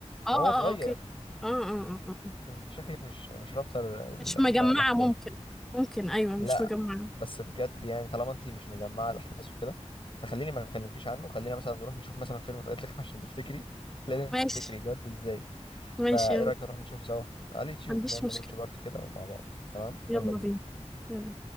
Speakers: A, in the centre; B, on the left (about 45°).
A: اه
B: وهو
A: اه
B: صغير
A: آه، اوكي اه اه اه آه. أه.
B: أنت شكلك مش مش رابطه ال-
A: مش
B: ال-
A: مجمعة
B: الاحداث
A: ممكن ممكن أيوة مش
B: لا
A: مجمعة
B: بس بجد يعني طالما انت مش مجمعه الاحداث وكده فخليني ما اكلمكيش عنه خلينا مثلا نروح نشوف مثلا فيلم سقط لك <laughs> عشان تفتكري لازم
A: ماشي
B: تفتكري جد ازاي
A: ماشي
B: فايه
A: يلا
B: رايك
A: ما
B: نروح نشوفه سوا على اليوتيوب
A: عنديش
B: نعمل
A: مشكلة
B: واتش بارتي كده مع بعض تمام
A: يلا
B: يلا بينا
A: بينا يلا